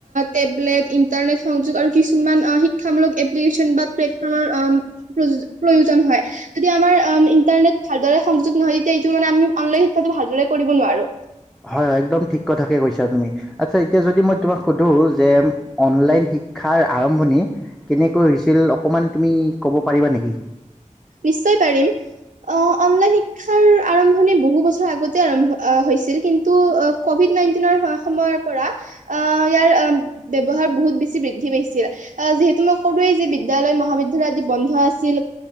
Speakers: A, on the right; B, in the centre.
A: টেবলেট, ইণ্টাৰনেট সংযোগ আৰু কিছুমান শিক্ষামূলক এপ্লিকেচন বা প্লেটফৰ্মৰ প্ৰ প্ৰয়োজন হয় যদি আমাৰ ইণ্টাৰনেট ভালদৰে সংযোগ নহয় যেতিয়া এইটো মানে আমি অনলাইন শিক্ষাটো ভালদৰে কৰিব নোৱাৰো।
B: হয় হয় একদম ঠিক কথাকে কৈছা তুমি। আচ্ছা, এতিয়া যদি মই তোমাক সুধো যে অনলাইন শিক্ষাৰ আৰম্ভণি কেনেকৈ হৈছিল অকণমান তুমি ক'ব পাৰিবা নেকি।
A: নিশ্চয় পাৰিম। আ' অনলাইন শিক্ষাৰ আৰম্ভণি বহু বছৰ আগতে আৰম্ভ হৈছিল কিন্তু কভিড নাইনটিনৰ সময়ৰ পৰা আহ' ইয়াৰ ব্যয়ৱহাৰ বহুত বেছি বৃদ্ধি পাইছিল যিহেতু মই কলোৱেই যে বিদ্যালয় মহাবিদ্যালয় আদি বন্ধ আছিল।